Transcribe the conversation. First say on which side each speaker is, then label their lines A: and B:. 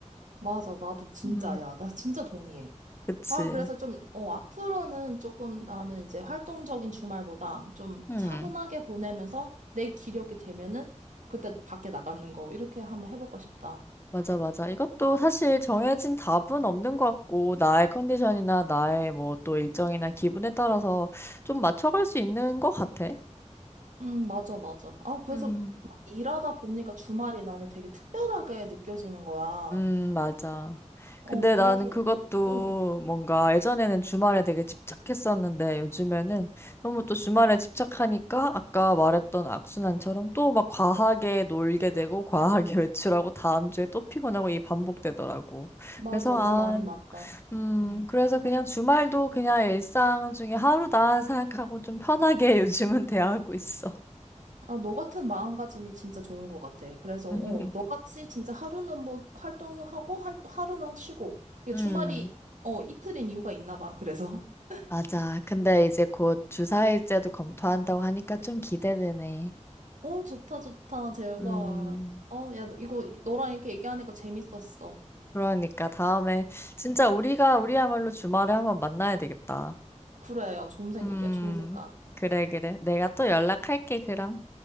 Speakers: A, on the right; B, on the left.
A: 맞아. 나도 진짜,
B: 음,
A: 야, 나 진짜 동의해.
B: 그치?
A: 아, 그래서 좀, 어, 앞으로는 조금 나는 이제 활동적인 주말보다 좀
B: 음,
A: 차분하게 보내면서 내 기력이 되면은 그때 밖에 나가는 거 이렇게 한번 해볼까 싶다.
B: 맞아, 맞아. 이것도 사실 정해진 답은 없는 것 같고, 나의 컨디션이나 나의 뭐 또 일정이나 기분에 따라서 좀 맞춰갈 수 있는 것 같아.
A: 음, 맞아, 맞아. 아, 그래서
B: 음.
A: 막 일하다 보니까 주말이 나는 되게 특별하게 느껴지는 거야.
B: 음, 맞아.
A: 어,
B: 근데
A: 그래서,
B: 나는 그것도
A: 어떻- 응,
B: 뭔가 예전에는 주말에 되게 집착했었는데 요즘에는 너무 또 주말에 집착하니까 아까 말했던 악순환처럼 또 막 과하게 놀게 되고 과하게 <laughs> 외출하고 다음 주에 또 피곤하고 이 반복되더라고.
A: 맞아.
B: 그래서 아,
A: 너 말이 맞다.
B: 음, 그래서 그냥 주말도 그냥 일상 중에 하루다 생각하고 좀 편하게 <laughs> 요즘은 대하고 있어.
A: 아, 너 같은 마음가짐이 진짜 좋은 것 같아. 그래서,
B: <laughs>
A: 어, 너같이 진짜 하루는 뭐 활동하고, 할, 하루는 쉬고. 이게
B: 음.
A: 주말이, 어, 이틀인 이유가 있나 봐. 그래서. <laughs>
B: 맞아. 근데 이제 곧 주사일제도 검토한다고 하니까 좀 기대되네.
A: 어, 좋다, 좋다. 제발.
B: 음,
A: 어, 야, 너 이거 너랑 이렇게 얘기하니까 재밌었어.
B: 그러니까 다음에 진짜 우리가 우리야말로 주말에 한번 만나야 되겠다.
A: 그래, 야, 좋은 생각이야.
B: 음,
A: 좋은 생각.
B: 그래, 그래. 내가 또 연락할게, 그럼.